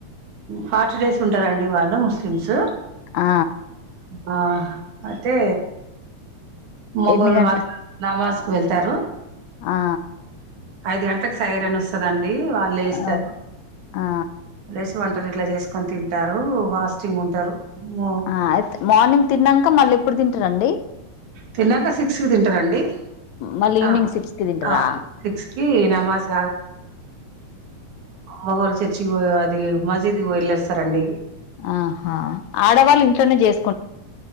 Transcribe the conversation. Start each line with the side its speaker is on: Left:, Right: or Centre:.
Right: ఫార్టీ డేస్ ఉంటారండి వాళ్ళ ముస్లిం స్లిమ్స్
Left: ఆ
Right: ఆ అయితే మొగోలు
Left: ఎన్ని గంటల
Right: మాత్రం నమాజ్ కు వెళ్తారు
Left: ఆ
Right: ఐదు గంటలకు సైర్ అని వస్తాదండి డీ వాళ్ళు వేస్తారు
Left: ఆ ఆ
Right: <unintelligible> వంటలు ఇంట్ల చేసుకొని తింటారు ఫాస్టింగ్ ఉంటారు మో
Left: ఆ అయితే మార్నింగ్ తిన్నంక మళ్ళీ ఎప్పుడు తింటారండి
Right: తిన్నాంక సిక్స్ కి తింటారండి
Left: మళ్ళీ ఈవినింగ్
Right: ఆ
Left: సిక్స్ కి తింటరా
Right: ఆ సిక్స్ కి నమాజ్ మోగోళ్ళు చర్చి కి అది మజీద్ కు వెళ్ళస్తారండి
Left: ఆహా ఆడవాళ్ళు ఇంట్లనే చేస్